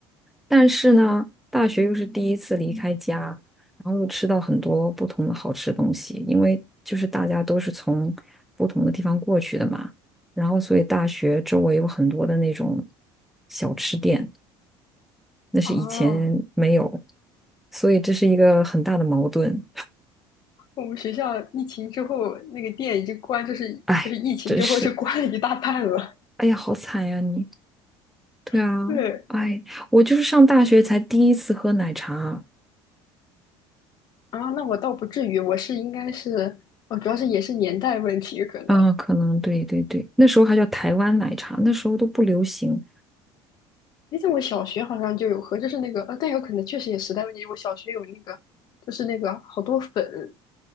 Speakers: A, in the centre; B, on the left.
A: 但是呢，大学又是第一次离开家，然后又吃到很多不同的好吃东西，因为就是大家都是从不同的地方过去的嘛，然后所以大学周围有很多的那种小吃店。那是以前没有，
B: 哦，
A: 所以这是一个很大的矛盾。
B: 我们学校疫情之后那个店已经关，就是就是疫情之后就关了一大半了。
A: 哎，真是，哎呀，好惨呀你。对啊，
B: <laughs> 对，
A: 哎，我就是上大学才第一次喝奶茶
B: 啊，那我倒不至于，我是应该是，哦，主要是也是年代问题可能。
A: 啊，可能对对对，那时候还叫台湾奶茶，那时候都不流行。
B: 哎，但我小学好像就有喝，就是那个，呃，但有可能确实也时代问题。我小学有那个，就是那个好多粉，